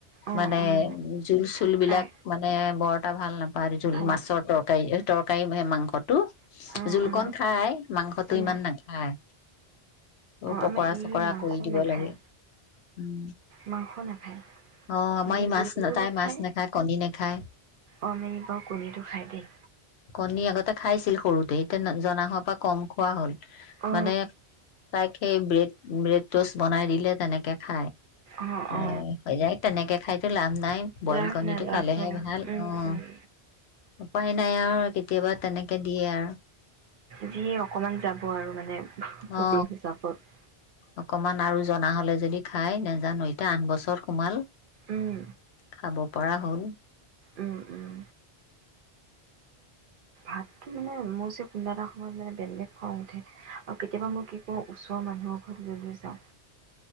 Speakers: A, on the right; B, on the left.
A: অ',
B: মানে
A: অ',
B: জোল চুল বিলাক
A: ফ্ৰাই
B: মানে? বৰ এটা ভাল নেপ পাৰ জোল
A: ভাল
B: মাছৰ তৰকাৰী তৰকাৰী মাংসটো
A: অ',
B: জোলকণ
A: অ',
B: খাই মাংসটো
A: উম,
B: ইমান নাখায়। অ' পকৰা
A: আমাৰ ই
B: চকৰা
A: মাংস
B: দিব
A: নাখায়
B: লাগে উম
A: মাংস নাখায়
B: অ আমাৰ
A: মে
B: ই
A: জলো
B: মাছ তাই
A: নাখায়
B: মাছ কণী নাখায়
A: অম বাৰু কণীটো খায় দেই।
B: কণী আগতে খাইছিল সৰুতে এতিয়া জনা হ পৰা কম খোৱা হ'ল।
A: অ
B: মানে তাইক বেত‌ বেত জোচ বনাই দিলে তেনেকে খায়
A: অ
B: এ
A: অ
B: হৈ যায় তেনেকে খাইতো লাভ নাই বইল
A: লাভ
B: কণীটো
A: নাই লাভ
B: খালেহে
A: নাই
B: ভাল
A: উম
B: অ'।
A: উম
B: উপায় নাই আৰু কেতিয়াবা তেনেকে দিয়ে আৰু।
A: যিয় অকণমান যাব আৰু মানে। পুটিন
B: অ
A: হিচাপত
B: অকমান আৰু জনা হলে যদি খাই নাজানো এতিয়া আঠ বছৰত সোমাল
A: উম
B: খাব পৰা হ'ল।
A: উম উম ভাতকৈ মানে মোৰ যে কোনোবা এটা সময়ত মানে বেলেলেগ খং উঠে আৰু কেতিয়াবা মই কি কৰো ওচৰৰ মানুহৰ ঘৰত লৈ লৈ যাওঁ।